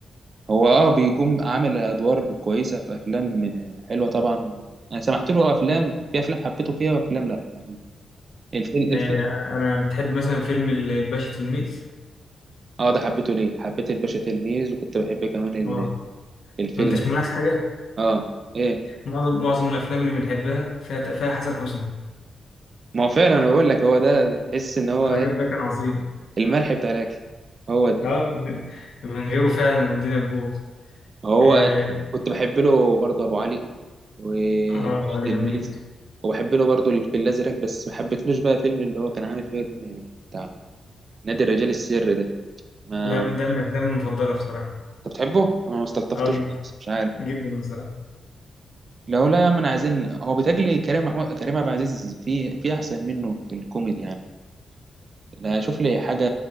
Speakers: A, on the right; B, on the left.
A: هو اه بيكون عامل ادوار كويسه في افلام حلوه طبعا انا سمعت له افلام في افلام حبيته فيها وافلام لا يعني الفيلم
B: آه،
A: الفيلم
B: انا بتحب مثلا فيلم ال- الباشا تلميذ
A: اه ده حبيته ليه حبيت الباشا تلميذ وكنت بحب كمان ال-
B: اه
A: الفيل
B: ما انتش ملاحظ حاجه
A: اه ايه
B: معظم معظم الافلام اللي بنحبها فيها فيها حسن حسني
A: ما هو فعلا انا بقول لك هو ده تحس ان هو
B: الراجل
A: إيه؟
B: ده كان عظيم
A: الملح بتاع الاكل هو ده
B: اه من من غيره فعلا الدنيا تبوظ
A: هو
B: اه
A: كنت بحب له برضه ابو علي وفيش
B: آه، ابو علي
A: تلميذ
B: جميل
A: وبحب له برضه الفيل الازرق بس ما حبيتلوش بقى فيلم اللي هو كان عامل فيلم بتاع نادي الرجال السري ده ما
B: لا
A: انت
B: ده من افلامي المفضله بصراحه
A: بتحبه انا ما استلطفتوش
B: اه جدا
A: بس مش عارف
B: جدا بصراحه
A: لو لا يا عم انا عايزين هو بيتهيألي كريم محمود كريم عبد العزيز في في احسن منه في الكوميدي يعني لا شوف لي حاجه